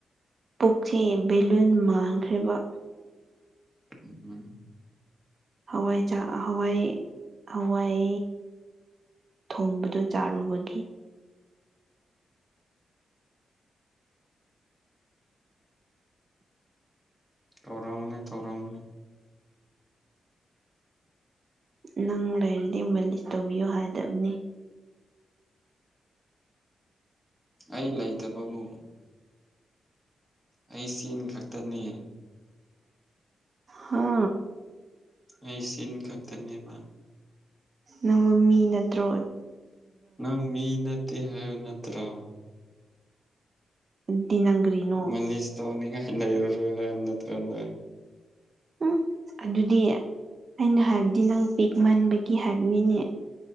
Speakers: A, on the right; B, in the centre.
A: ꯄꯨꯛꯆꯦ ꯚꯦꯂꯨꯟ ꯃꯥꯡꯈ꯭ꯔꯦꯕ
B: ꯎꯝ
A: ꯍꯋꯥꯏꯖꯥ ꯍꯋꯥꯏ ꯍꯋꯥꯏ ꯊꯣꯡꯕꯗꫭ ꯆꯥꯔꯨꯕꯒꯤ
B: ꯇꯧꯔꯝꯒꯅꯦ ꯇꯧꯔꯝꯒꯅꯦ
A: ꯅꯪ ꯂꯩꯔꯗꯤ ꯃꯥꯂꯤꯁ ꯇꯧꯕꯤꯌꯨ ꯍꯥꯏꯗꯞꯅꯦ
B: ꯑꯩ ꯂꯩꯥꯇꯕꯕꯨ ꯑꯩ ꯆꯤꯟ ꯈꯛꯇꯅꯦ
A: ꯍꯥ
B: ꯑꯩꯩ ꯆꯤꯟ ꯈꯛꯇꯅꯦꯕ
A: ꯅꯪꯕꯨ ꯃꯤ ꯅꯠꯇ꯭ꯔꯣ
B: ꯅꯪ ꯃꯤ ꯅꯠꯇꯦ ꯍꯥꯏꯕ ꯅꯠꯇ꯭ꯔꫭ
A: ꯑꯗꯨꯗꯤ ꯅꯪ ꯀꯔꯤꯅꯣ
B: ꯃꯥꯂꯤꯁ ꯇꯧꯅꯤꯡꯉꯥꯏ ꯂꯩꯔꯔꯣꯏ ꯍꯥꯏꯕ ꯅꯠꯇ꯭ꯔꫭ ꯅꯪ
A: ꯎꯝ ꯑꯗꯨꯗꯤ ꯑꯩꯅ ꯍꯥꯏꯞꯗꯤ ꯅꯪ ꯄꯤꯛꯃꯟꯕꯒꯤ ꯍꯥꯏꯞꯅꯤꯅꯦ